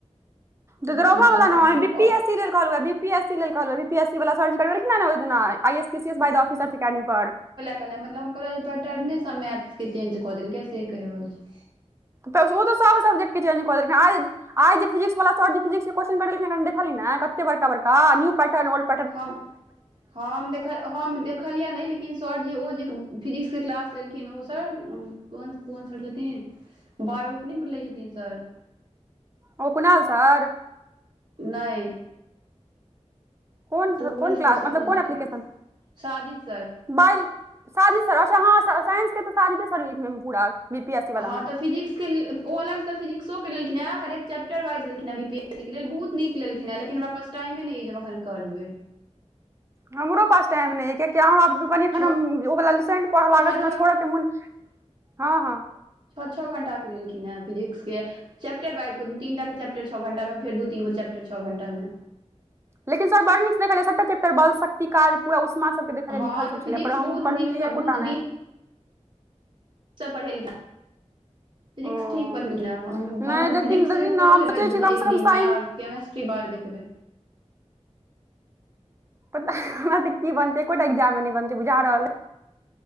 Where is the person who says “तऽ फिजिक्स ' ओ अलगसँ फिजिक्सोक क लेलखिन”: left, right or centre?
Right